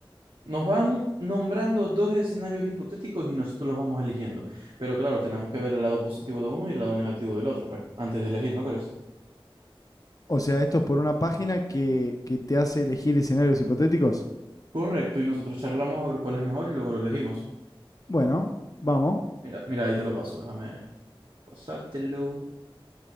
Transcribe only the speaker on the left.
O sea, esto es por una página que, que te hace elegir escenarios hipotéticos.
Bueno, vamos.